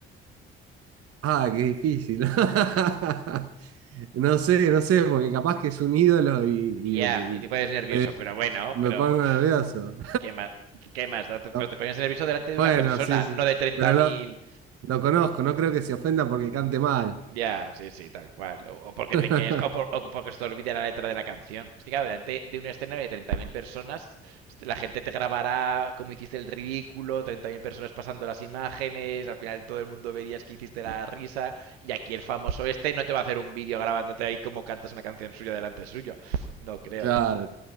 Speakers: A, on the right; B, on the right.
A: Ah, qué difícil. <laughs> No sé, no sé, porque capaz que es un ídolo y, y-
B: Ya, y
A: y
B: te pones nervioso,
A: me,
B: pero bueno,
A: me
B: pero
A: pongo
B: pf,
A: nervioso.
B: ¿Qué más? ¿Qué más? Date-
A: <laughs>
B: pero te pones nervioso delante de
A: Bueno,
B: una persona,
A: sí, sí.
B: no de treinta
A: Pero
B: mil
A: lo, lo conozco, no creo que se ofenda porque cante mal.
B: Ya, sí, sí, tal cual. O, o porque
A: <laughs>
B: te quedes, o, por- o porque se te olvide la letra de la canción. Es que claro, delante de un escenario de 30.000 personas, la gente te grabará como hiciste el ridículo, 30.000 personas pasando las imágenes, al final todo el mundo verías que hiciste la risa, y aquí el famoso este no te va a hacer un vídeo grabándote ahí como cantas una canción suya delante suyo. No creo.
A: Claro, claro,